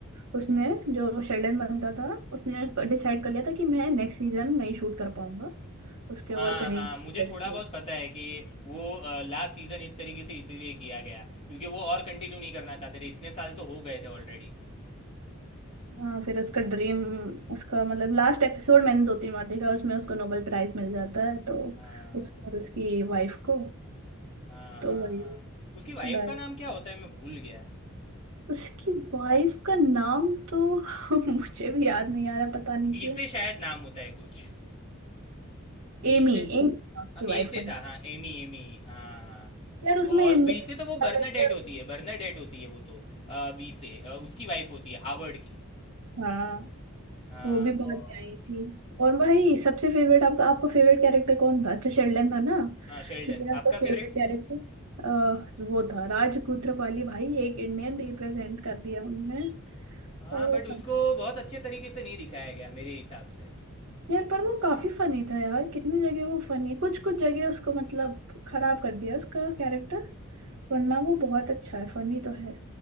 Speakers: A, on the right; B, on the left.
A: उसने जो शेल्डन बनता था उसने डिसाइड कर लिया था कि मैं नेक्स्ट सीजन नहीं शूट कर पाऊंगा उसके
B: हाँ
A: और कहीं
B: हाँ
A: प्रोजेक्ट्स
B: मुझे थोड़ा
A: थे
B: बहुत पता है कि वो लास्ट सीजन इस तरीके से इसीलिए किया गया क्योंकि वो और कंटिन्यू नहीं करना चाहते थे इतने साल तो हो गए थे ऑलरेडी
A: हाँ फिर उसका ड्रीम उसका मतलब लास्ट एपिसोड मैंने दो तीन बार देखा उसमें उसको नोबेल प्राइज मिल जाता है तो
B: हाँ
A: उसको और उसकी वाइफ को
B: हाँ
A: तो
B: हाँ
A: वही
B: हाँ उसकी वाइफ
A: like,
B: का नाम क्या होता है मैं भूल गया
A: उसकी वाइफ का नाम तो <laughs> मुझे भी याद नहीं आ रहा पता नहीं
B: बी
A: क्यों
B: से शायद नाम होता है कुछ बी
A: एमी
B: से
A: एमी था उसकी
B: ए
A: वाइफ
B: से
A: का
B: था हाँ एमी एमी हाँ
A: यार उसमें
B: और
A: इंडियन
B: बी से तो वो बर्नाडेट
A: कैरेक्टर
B: होती है बर्नाडेट होती है वो तो बी से अ, उसकी वाइफ होती है हार्वर्ड की
A: हाँ
B: हाँ
A: वो भी बाद
B: और
A: में आई थी और भाई सबसे फेवरेट आपका आपका फेवरेट कैरेक्टर कौन था अच्छा शेल्डन था ना
B: हाँ शेल्डन
A: मेरा
B: आपका
A: तो फेवरेट
B: फेवरेट
A: कैरेक्टर वो था राजकूत्रपाली भाई एक इंडियन रिप्रेजेंट कर दिया उनने
B: हाँ
A: और
B: बट
A: वो
B: उसको
A: का
B: बहुत अच्छे तरीके से नहीं दिखाया गया मेरे हिसाब से
A: यार पर वो काफी फनी था यार कितनी जगह वो फनी कुछ कुछ जगह उसको मतलब खराब कर दिया उसका कैरेक्टर
B: हम्म
A: वरना वो बहुत अच्छा है फनी तो है